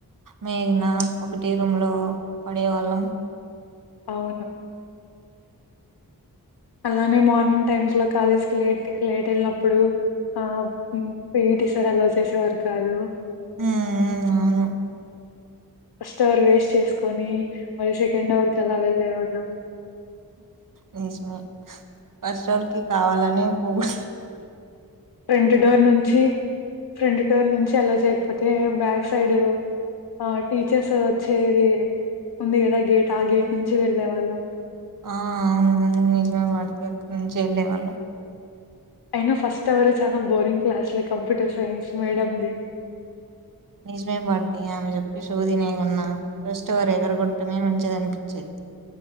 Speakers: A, on the right; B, on the left.
A: మేఘన ఒకటే రూమ్ లో పడే వాళ్ళం
B: అవును అలానే మార్నింగ్ టైమ్స్ లో కాలేజ్ కి లేట్ లేట్ వెళ్ళినప్పుడు ఆ ప్రటీ సర్ అలవ్ చేసేవారు కాదు
A: ఉ అవును
B: ఫస్ట్ అవర్ వేస్ట్ చేసుకొని మరి సెకండ్ అవర్ కి అలా వెళ్ళే వాళ్ళం
A: రీష్మి కస్ వార్కి కావాలనే పోగు
B: ఫ్రంట్ డోర్ నుంచి ఫ్రంట్ టోర్ నుంచి అలా చేయకపోతే బ్యాక్ సైడ్ ఆ టీచర్స్ వచ్చేది ఉంది కదా గేట్ ఆ గేట్ నుంచి వెళ్ళే వాళ్ళం
A: ఆ అవును అవును నిజమే వాడితే ఎక్కడి నుంచి వెళ్ళలేవాళ్ళం
B: అయినా ఫస్ట్ ఎవరు చాలా బోరింగ్ క్లాస్లే కంప్యూటర్ సైన్స్ మేడంది
A: నిజమే పాడత ఆమె చెప్పి శోదినే కన్నా ఫస్ట్ వారు ఎగరగట్టమే మంచిది అనిపించేది